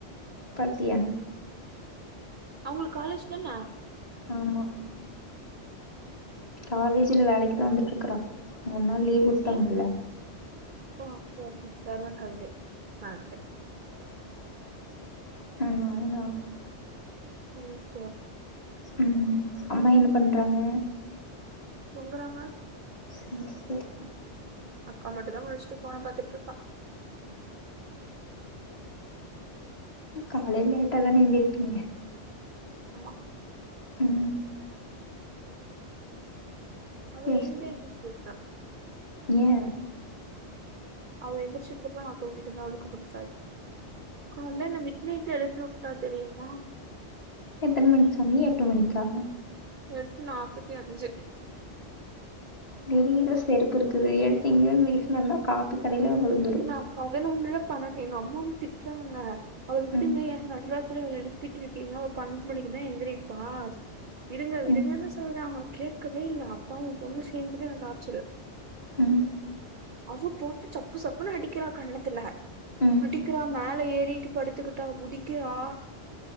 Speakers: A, on the left; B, on the right.
A: சாப்டியா
B: அவுங்களுக்கு காலேஜ் தான
A: ஆமா காலேஜ்ல வேலைக்குதா வந்துட்டு இருக்குறா மூணு நாள் லீவ் உட்டாங்கல்ல
B: ஏ ஓ ஓகே ஓகே சம்மர் ஹாலிடே மறந்துட்ட
A: <unintelligible>
B: ம் ச
A: ம் அம்மா என்ன பண்றாங்க
B: தூங்கறாங்க
A: சேரி சேரி
B: அக்கா மட்டு தா முழிச்சுட்டு ஃபோன பாத்துட்டு இருக்கா
A: காலைல லேட்டா தான எந்திருப்பீங்க
B: ஆமா
A: ம்
B: அவ
A: சேரி
B: எழுந்து
A: சேரி
B: <unintelligible>
A: ஏ
B: அவ எந்திச்சக்கப்றோ நா தூங்கிட்டு இருந்தா அவளுக்கு புடிக்காது கால்ல என்ன மிட் நைட்ல எழுப்பிவுட்டா தெரியுமா
A: எத்தன மணிக்கு சொன்னே எட்டு மணிக்கா
B: எட்டு நாப்பத்தி அஞ்சு
A: வெளியேதா செருப்பு இருக்கு எடுத்து இங்க இருந்து வீசனனா காத்து கடையிலே வந்து விழுந்துடு
B: நா பதனொன்ற பன்னென்டு எங்க அம்மாவு திட்றாங்க அவள விடுங்க
A: ம்
B: ஏ நடுராத்திரில அவ எடு ட்டு இருக்கீங்கன்னா அவ பன்னெண்டு மணிக்கு தா எந்திரிப்பா விடுங்க விடுங்கன்னு
A: ம்
B: சொல்றாங்க கேட்கவே இல்லை அப்பாவும் பொண்ணு சேந்துட்டு என்ன டார்ச்சரு
A: ம்
B: அவ போட்டு சப்பு சப்புன்னு அடிக்கிற கண்ணத்துல
A: ம்
B: அடிக்குறா மேல ஏறிட்டு படுத்துக்கிட்டா முடிக்கிறா